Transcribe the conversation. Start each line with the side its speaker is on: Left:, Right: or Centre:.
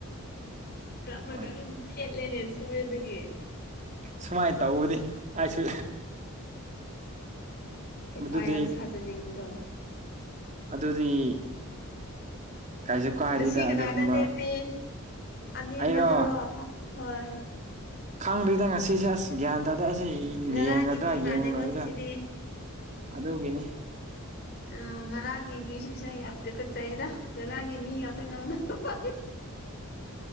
Left: ꯃꯔꯛ ꯃꯔꯛꯇ
Right: ꯍꯣꯏ
Left: ꯑꯗꯨꯝ ꯊꯦꯠꯂꯦꯅꯦ ꯁꯣꯏꯕꯒꯤ
Right: ꯁꯨꯃꯥꯏ ꯇꯧꯕꯅꯤ ꯑꯩꯁꯨ
Left: ꯍꯩꯄꯥ
Right: ꯃꯗꯨꯗꯤ
Left: ꯌꯥꯝ ꯁꯥꯖꯅꯤꯡꯕꯗꯣ
Right: ꯑꯗꯨꯗꯤ ꯀꯩꯁꯨ ꯀꯥꯏꯗꯦꯗ
Left: ꯉꯁꯤ ꯀꯅꯥꯗ
Right: ꯑꯗꯨꯒꯨꯝꯕ
Left: ꯂꯦꯞꯄꯦ ꯑꯅꯦꯝꯕꯗꯨꯔꯣ
Right: ꯑꯩꯔꯣ
Left: ꯑ ꯐ ꯍꯣꯏ
Right: ꯈꯪꯗ꯭ꯔꯤꯗ ꯉꯁꯤꯁꯦ ꯑꯁ ꯒ꯭ꯌꯥꯟ ꯇꯥꯗꯦ ꯑꯁꯤ
Left: ꯉꯔꯥꯡꯒꯤ
Right: ꯌꯦꯡꯒꯗ꯭ꯔꯥ
Left: ꯃꯤ
Right: ꯌꯦꯡꯉꯣꯏꯗꯔ
Left: ꯃꯥꯜꯂꯦꯀꯣ ꯁꯤꯗꯤ
Right: ꯑꯗꯨꯒꯤꯅꯦ
Left: ꯑꯥ ꯉꯔꯥꯡꯒꯤ ꯃꯤꯁꯤꯡꯁꯦ ꯑꯩ ꯌꯥꯝ ꯇꯨꯀꯠꯆꯩꯌꯦꯗ ꯉꯔꯥꯡꯒꯤ ꯃꯤ ꯉꯥꯛꯇ ꯉꯥꯡꯅꯄ